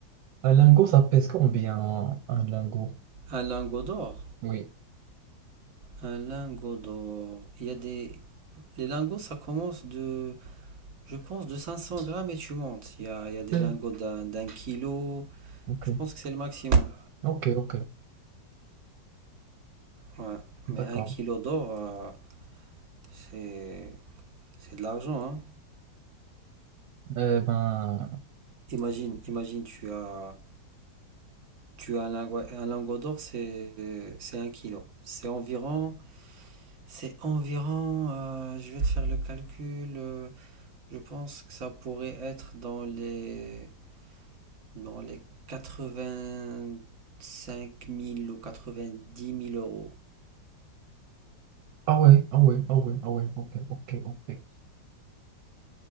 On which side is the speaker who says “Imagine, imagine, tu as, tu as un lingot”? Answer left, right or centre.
Right